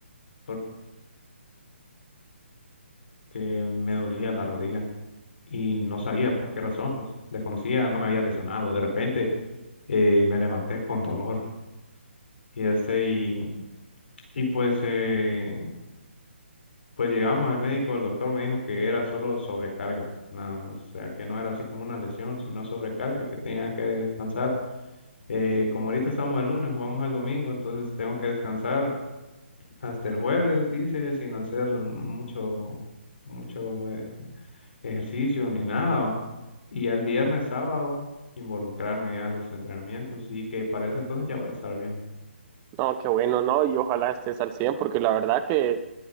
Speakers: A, on the left (about 60°); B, on the right (about 20°).
A: porque me dolía la rodilla. y no sabía por qué razón, pues desconocía, no me había lesionado. De repente eh, me levanté con dolor y este y, y pues eh, pues llegamos al médico, el doctor me dijo que era solo sobrecarga, nada más, o sea que no era así como una lesión, sino sobrecarga, que tenía que descansar. Eh, como ahorita estamos el lunes, jugamos el domingo, entonces tengo que descansar hasta el jueves, dice, sin hacer mucho, mucho. eh, ejercicio ni nada, ¿va? Y ya el viernes, sábado, involucrarme ya a los entrenamientos y que para ese entonces ya voy a estar bien.
B: No, qué bueno, ¿no? Y ojalá estés al 100, porque la verdad que,